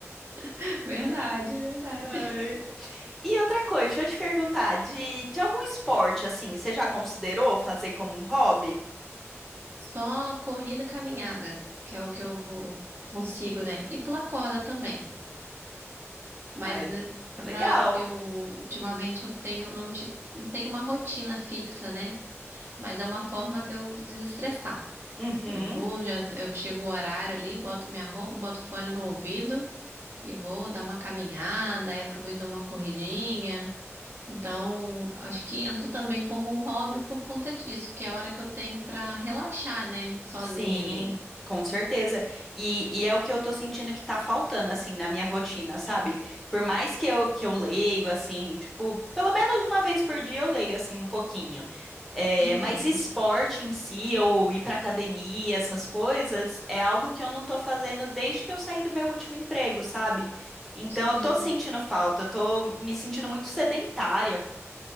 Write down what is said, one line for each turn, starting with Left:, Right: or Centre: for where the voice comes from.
Right: <laughs> verdade, verdade.
Centre: Ai. E outra coisa, deixa eu te perguntar, de, de algum esporte assim, você já considerou fazer como um hobby?
Right: Só corrida, e caminhada, que é o que eu consigo, né? E pular corda também. Mas
Centre: Ah, é legal.
Right: para eu ultimamente eu tenho não, ti- não tenho uma rotina fixa, né? Mas é uma forma de eu desestressar.
Centre: Uhum.
Right: Eu vou, já eu chego o horário ali, boto minha roupa, boto o fone no ouvido e vou dar uma caminhada, aí aproveito dou uma corridinha. Então, acho que entra também como um hobby por conta disso, porque é a hora que eu tenho para relaxar, né? Sozinha
Centre: Sim,
Right: ali.
Centre: com certeza. E, e é o que eu tô sentindo que tá faltando, assim, na minha rotina, sabe? Por mais que eu, que eu leio, assim, tipo, pelo menos uma vez por dia eu leio, assim, um pouquinho. É,
Right: Uhum.
Centre: mas esporte em si, ou ir pra academia, essas coisas, é algo que eu não tô fazendo desde que eu saí do meu último emprego, sabe? Então
Right: Sim.
Centre: eu tô sentindo falta, eu tô me sentindo muito sedentária.